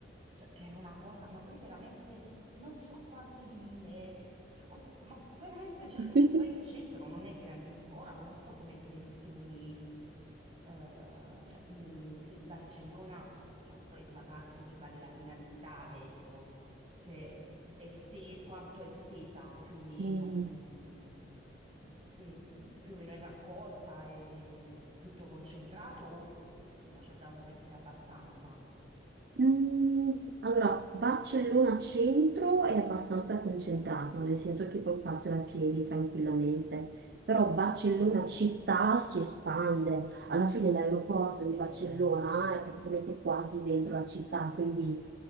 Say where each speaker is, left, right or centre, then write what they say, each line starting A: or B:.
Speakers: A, on the right; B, on the right.
A: cioè, che era una cosa, ma poi veramente non so quante linee, cioè, co- ma veramente, cioè,
B: <laughs>
A: poi il centro non è grandissimo. Ora non so come dimensioni, eh, cioè, mh, se Barcellona, diciamo poi la parte che vale la pena visitare, ecco, se è este- quanto è estesa più o meno,
B: Mm.
A: mh, se più o meno è raccolta, è tutto concentrato o insomma c'è da muoversi abbastanza.
B: Mm, Allora, Barcellona centro è abbastanza concentrato,
A: Mm,
B: nel senso che puoi fartela a piedi tranquillamente, però Barcellona
A: Ok,
B: città si espande, alla fine l'aeroporto
A: ok.
B: di Barcellona è praticamente quasi dentro la città, quindi